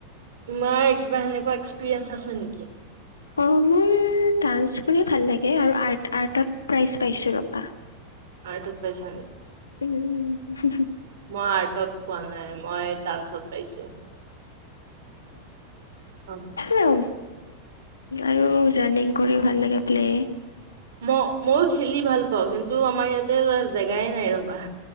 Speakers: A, on the right (about 55°); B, on the left (about 75°).
A: তোমাৰ কিবা সেনেকুৱা এক্সপিৰিয়েঞ্চ আছে নেকি?
B: অ', মোৰ ডান্স কৰি ভাল লাগে আৰু আৰ্ট আৰ্টত প্ৰাইজ পাইছো ৰবা।
A: আৰ্টত পাইচা নে?
B: উম'
A: মই আৰ্টত পোৱা নাই, মই ডান্সত পাইছোঁ। অ'
B: উম্ আৰু ৰাণিং কৰিও ভাল লাগে প্লে
A: ম মইও খেলি ভাল পাওঁ কিন্তু আমাৰ ইয়াতে জেগাই নাই ৰবা।